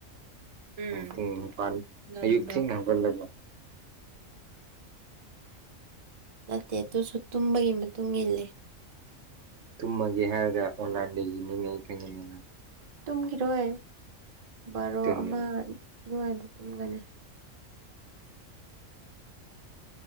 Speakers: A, on the right; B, on the right.
A: ꯎꯝ
B: ꯄꯨꯡ ꯅꯤꯄꯥꯟ
A: ꯉꯟꯕ꯭ꯔꯣ
B: ꯑꯌꯨꯛ ꯊꯦꯡꯅ꯫ <unintelligible>
A: ꯅꯠꯇꯦ ꯇꯨꯁꯨ ꯇꯨꯝꯕꯒꯤ ꯃ꯫ ꯇꯨꯡ ꯏꯜꯂꯦ꯫
B: ꯇꯨꯝꯃꯒꯦ ꯍꯥꯏꯔꯒ ꯑꯣꯟꯂꯥꯏꯟꯗ ꯂꯩꯅꯤꯅꯦ ꯈꯪꯒꯤꯅꯤꯅ꯫
A: ꯇꯨꯝꯈꯤꯔꯣꯏ ꯕꯥꯔꯣ
B: ꯑꯗꯨꯅꯦꯕ
A: ꯑꯃ ꯑꯗꯨꯋꯥꯏꯗ ꯇꯨꯝꯒꯅꯤ